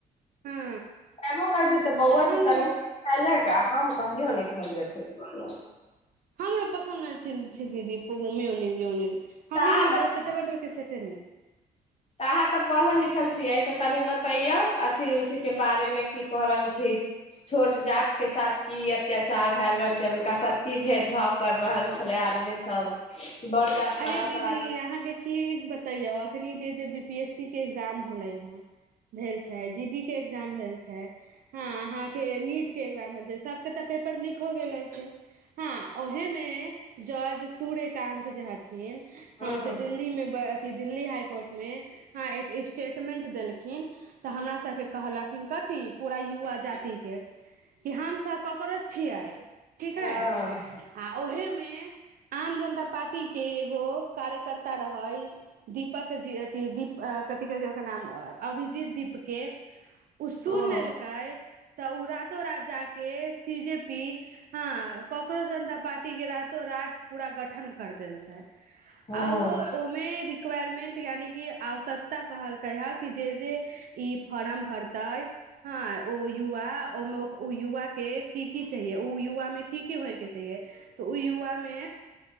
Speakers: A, on the right; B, on the left.
A: हँ
B: एबो करै छै तऽ बौआ
A: हमरा
B: से तनि खेलक आ हमरा कहियो नहि खायल जाइ छै।
A: ह हमरो पसन्द नै छै, दीदी मियोनीज इयोनीज हमहू
B: अहाँ
A: ने
B: तऽ
A: बस टमाटर के चटनी
B: तऽ अहाँ तऽ पढ़ल लिखल छियै तऽ तनि बतैयौ अथी उथि के बारे मे की क रहल छी। छोट जाति के साथ की अत्याचार भए रहल छै, हुनका साथ की भेदभाव कर रहल छलै आदमी सब बर जाति
A: अरे
B: वाला
A: दीदी
B: सब आदमी
A: अहाँके की बतैयो अखनि के जे बी पी एस सी के एग्जाम होलै हे, भेल छै जी डी के एग्जाम भेल छै। हँ अहाॅं के नीट के एग्जाम भेल सबके तऽ पेपर लिक हो गेल रहै छै। हँ ओहे मे जॉर्ज सूर्यकानंत जे ह ह
B: हूँ
A: से दिल्ली में बड अ दिल्ली हाइ कोर्टमे ह एक स्टेटमेंट देलखिन तऽ हमरासके कहलखिन कथी पूरा युवा जातिके कि हमसब कॉकरोच छियै ठीक है
B: हँ
A: आ ओहेमे आम जनता पार्टी के एगो कार्यकर्ता रहय दीपक जी अथि दीप कथि कहैत छैय ओकर नाम अभिजीत दीपके उ सुन
B: हँ
A: लेलकै त उ रातो रात जा के सी जे पी हँ का करोच जनता पार्टी के रातो राति पूरा गठन कर देल। अब
B: हँ
A: ओमे रिक्वायरमेन्ट यानि कि आवश्यकता कहलकै ह कि जे-जे इ फारम भरतैय हँ ओ युवा ओ---ओ युवाके की -की चाहिये ओ युवा मे की की होइके चाहिए त ओ युवामे